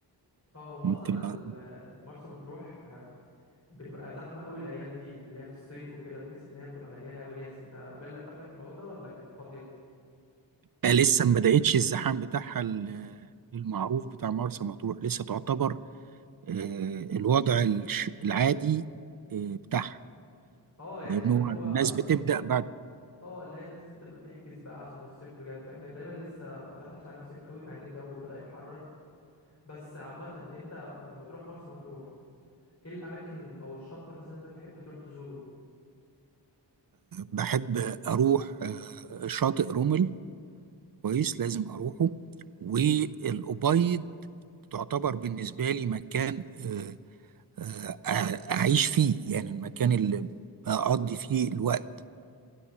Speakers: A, on the left (about 35°); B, on the right (about 50°).
A: اه هم
B: ممكن
A: اصلا ال-
B: أ- آه،
A: مرسى مطروح آه، بتبقى زحمه قوي الايام دي اللي هي في الصيف وكده بتحس ان هي بتبقى مليانه قوي ناس انت قابلك قبلك الموضوع ده ولا كان فاضيه
B: لسه ما بدأتش الزحام بتاعها ال- آه، المعروف بتاع مرسى مطروح لسه تعتبر آه، الوضع الش- العادي آه، بتاعها
A: اه يعني
B: لأنه
A: اللي هو
B: الناس بتبدأ بعد
A: اه اللي هي الناس لسه بتبدأ تحجز بقى عشان الصيف بجد احنا تقريبا لسه ما دخلش علينا صيف قوي مع ان الجو بدأ يحرر بس عامة انت لما تروح مرسى مطروح ايه الاماكن ال- او الشط مثلا انت بتحب تروح تزوره
B: بحب أروح آه، شاطئ رمل كويس لازم أروحه والأبيض تعتبر بالنسبة لي مكان آه، أع- اعيش فيه يعني المكان اللي اقضي فيه الوقت